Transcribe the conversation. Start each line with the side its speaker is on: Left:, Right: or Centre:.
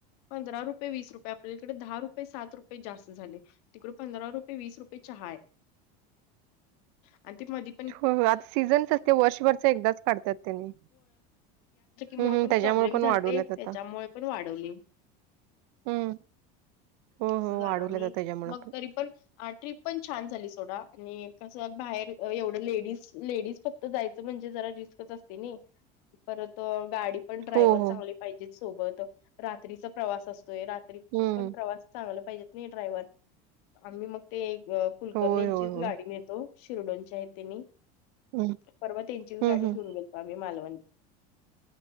Left: पंधरा रुपये वीस रुपये आपल्याकडे दहा रुपये सात रुपये जास्त झाले तिकड पंधरा रुपये वीस रुपये चहा आहे आणि ती मध ्
Right: हो, हो. आता सीझन्स असते वर्षभरच एकदाच काढतात त्यांनी.
Left: मुळे
Right: हं, हं.
Left: पण
Right: त्याच्यामुळे
Left: प्रॉब्लेम
Right: पण
Left: झालते
Right: वाढवल्यात
Left: त्याच्यामुळे
Right: आता.
Left: पण वाढवले
Right: हं. हो,
Left: अस
Right: हो.
Left: झालं
Right: वाढवल्यात
Left: आणि
Right: आता त्याच्यामुळे
Left: मग तरी पण ट्र्रीप पण छान झाली सोडा आणि कसं बाहेर एवढं लेडीज लेडीज फक् जायच म्हणजे जरा रिस्कच असते ना परत गाडी पण ड्रायव्हर
Right: हो, हो.
Left: चांगले पाहिजेत सोबत रात्रीचा प्रवास असतोय तरी
Right: हं.
Left: पण प्रवास चांगला पाहिजेत नाही ड्रायव्हर आम्ही मग ते अ कुलकर्णींची
Right: होय, होय, होय.
Left: गाडी मिळतो शिर्डोनच्या आहे त्यांनी
Right: हं.
Left: परवा त्यांचीच
Right: हं,
Left: गाडी
Right: हं.
Left: घेऊन गेतो आम्ही मालवण